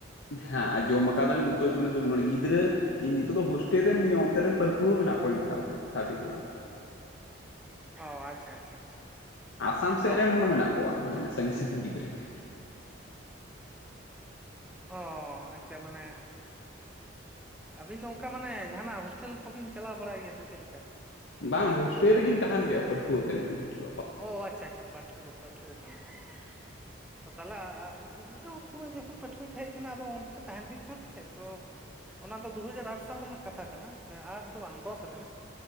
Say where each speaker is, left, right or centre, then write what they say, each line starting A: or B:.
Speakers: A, on the left; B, in the centre.
A: ᱦᱮᱸ ᱟᱡᱚᱢ ᱟᱠᱟᱫᱟᱞᱤᱧ <unintelligible> ᱱᱚᱰᱮ ᱜᱤᱫᱽᱨᱟᱹ ᱤᱧ ᱱᱤᱛᱚᱜ ᱫᱚ ᱦᱳᱥᱴᱮᱞ ᱨᱮ ᱢᱤᱱᱟᱧᱟ ᱚᱱᱛᱮ ᱨᱮᱱ ᱯᱟᱹᱴᱷᱣᱟᱹ ᱢᱮᱱᱟᱜ ᱠᱚᱣᱟ ᱤᱧ ᱥᱟᱶᱛᱮ ᱦᱟᱹᱛᱤ ᱠᱚᱲᱟ᱾
B: ᱚ ᱟᱪᱪᱷᱟ ᱟᱪᱷᱟ ᱟᱪᱪᱷᱟ᱾
A: ᱟᱥᱟᱢ ᱥᱮᱫ
B: ᱛᱚ
A: ᱨᱮᱱ ᱦᱚᱱ ᱢᱮᱱᱟᱜ ᱠᱚᱣᱟ ᱢᱟᱱᱮ ᱥᱟᱺᱜᱤᱧ ᱥᱟᱺᱜᱤᱧ ᱜᱤᱫᱽᱨᱟᱹ ᱜᱮ᱾
B: ᱚᱻ ᱟᱪᱪᱷᱟ ᱢᱟᱱᱮ᱾ ᱟᱹᱵᱤᱱ ᱫᱚ ᱚᱱᱠᱟ ᱢᱟᱱᱮ ᱡᱟᱦᱟᱱᱟᱜ ᱦᱳᱥᱴᱮᱞ ᱠᱚᱵᱤᱱ ᱪᱟᱞᱟᱣ ᱵᱟᱲᱟᱭ ᱜᱮᱭᱟ ᱥᱮ ᱪᱮᱫ ᱞᱮᱠᱟ?
A: ᱵᱟᱝ ᱦᱳᱥᱴᱮᱞ ᱨᱮᱜᱮᱧ ᱛᱟᱦᱮᱱ ᱜᱮᱭᱟ ᱯᱟᱹᱴᱷᱩᱣᱟᱹ ᱠᱟᱹᱱᱟᱹᱧ ᱛᱚ᱾
B: ᱚ ᱟᱪᱪᱷᱟ ᱟᱪᱪᱷᱟ ᱯᱟᱴᱷᱩᱣᱟᱹ ᱯᱟᱹᱴᱷᱩᱣᱟᱹ ᱠᱟᱱᱟ ᱟᱪᱷᱟ᱾ ᱛᱟᱞᱟ ᱟ ᱤᱧᱦᱚᱸ ᱩᱱ ᱥᱚᱢᱚᱭ ᱡᱚᱠᱷᱚᱱ ᱯᱟᱹᱴᱷᱩᱣᱟᱹᱧ ᱛᱟᱦᱮᱸ ᱠᱟᱱᱟ ᱟᱫᱚ ᱚᱱᱛᱮ ᱛᱟᱦᱮᱱ ᱦᱩᱭᱩᱜ ᱠᱟᱱ ᱛᱟᱦᱮᱸᱫ ᱛᱚ, ᱚᱱᱟ ᱫᱚ ᱫᱩᱼᱦᱟᱡᱟᱨ ᱟᱴ ᱥᱟᱞ ᱨᱮᱱᱟᱜ ᱠᱟᱛᱷᱟ ᱠᱟᱱᱟ ᱟᱴ ᱫᱚ ᱵᱟᱝ ᱫᱚᱥ ᱨᱮᱱᱟᱜ᱾